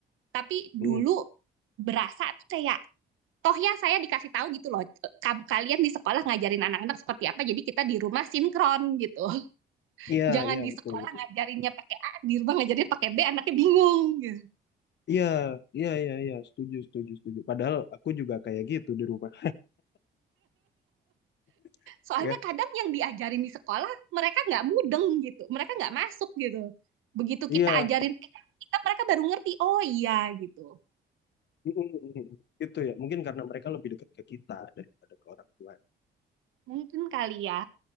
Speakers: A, on the right; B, on the left.
A: Tapi dulu
B: mm-mm.
A: berasa tuh kayak toh ya saya dikasih tahu gitu loh. "Eh, kam- Kalian di sekolah ngajarin anak-anak seperti apa. Jadi kita di rumah sinkron gitu. <laughs>
B: Iya,
A: Jangan
B: iya
A: di
B: betul
A: sekolah
B: betul.
A: ngajarinnya pakai A, di rumah ngajarinnya pakai B, anaknya bingung gitu.
B: Iya, iya iya iya setuju setuju setuju. Padahal aku juga kayak gitu di rumah. <laughs>
A: Soalnya
B: Ya,
A: kadang yang diajarin di sekolah mereka nggak mudeng gitu, mereka nggak masuk gitu. Begitu
B: iya.
A: kita ajarin ke kita mereka baru ngerti, oh iya gitu.
B: mm-mm, mm-mm. Gitu ya. Mungkin karena mereka lebih dekat ke kita daripada ke orang tua.
A: Mungkin kali ya.